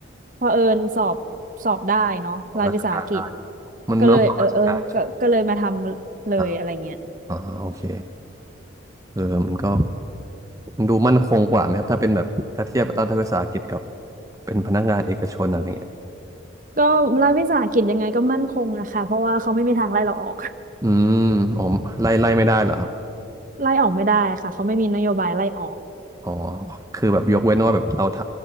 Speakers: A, on the right; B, on the right.
A: พอเผอิญสอบสอบได้เนาะรายวิสาหกิจ
B: เอาราชการได้มันมันต้องสอบราชการใช่ไหม
A: ก็เลยเออเออก็ก็เลยมาทำเลยอะไรเงี้ย
B: อ่าอ่าโอเคเออมันก็มันดูมั่นคงกว่าไหมครับถ้าเป็นแบบถ้าเทียบรัฐวิสาหกิจกับเป็นพนักงานเอกชนอะไรเงี้ย
A: ก็รัฐวิสาหกิจยังไงก็มั่นคงนะคะเพราะว่าเขาไม่มีทางไล่เราออก
B: อืมอ๋อไล่ไล่ไม่ได้เหรอครับ
A: <laughs> ไล่ออกไม่ได้ค่ะเขาไม่มีนโยบายไล่ออก
B: อ๋อคือแบบยกเว้นว่าแบบเราท